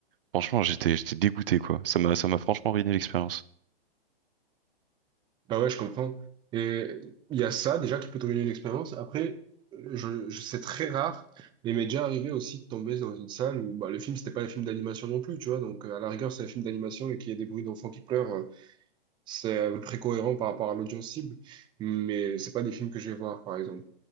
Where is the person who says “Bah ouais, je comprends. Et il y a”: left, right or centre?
Right